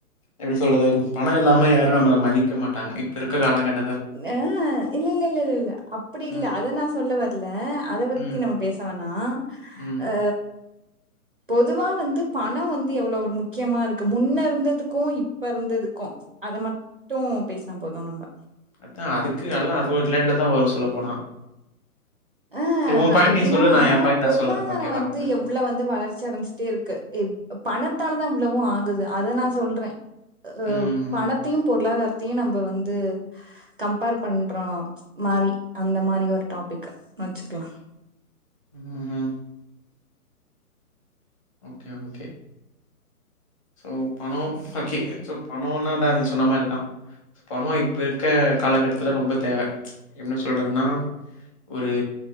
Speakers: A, on the left (about 20°); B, on the right (about 40°).
A: எப்டி சொல்றது பணம் இல்லாம யாரும் நம்ல மதிக்க மாட்டாங்க இப்ப இருக்கற காலகட்டத்
B: ஏஹ இல்ல இல்ல இல்ல இல் இல்ல அப்டி இல்லே
A: ம்
B: அத நா சொல்ல வர் இல்லே அத பத்தி
A: ம்
B: நம்ம பேச வேணா
A: ம்
B: அ பொதுவா வந்து பணம் வந்து எவ்வளவு ஒரு முக்கியமா இருக்குது முன்னே இருந்ததுக்கும் இப்ப இருந்ததுக்கும் அத மட்டும் பேசுனாபோதும் நம்ப
A: அதா அதுக்கு எல்லா அது ஒரு ரிலேட்டடா தா வரு சொல்ல போனா
B: அஹ்
A: சரி உன் பாயிண்ட்
B: எப்டீனா
A: நீ சொல்லு நா என் பாயிண்ட்
B: பொருளாதாரொ
A: நா சொல்றே ஓகேவா
B: வந்து
A: ம்
B: எவ்வளவு வந்து வளர்ச்சி அடைஞச்சுட்டே இருக்கு ப் பண பத்தால தா இவ்ளவு ஆகுது அத நா சொல்றே அஹ்
A: ம் ம்
B: பணத்தையு பொருளாதார த்தியு நம்ப வந்து கம்பேர் பண்ற மாரி அந்த மாரி ஒரு டாபிக் வச்சுக்கலா
A: உம் ஓகே ஓகே சோ பணொ பக்கி சோ பணோணாகா நீ சொன்ன மாரிதா பணோ இப்ப இருக்க காலகட்டத்துல ரொம்ப தேவ என்ன சொல்றதுன்னா ஒரு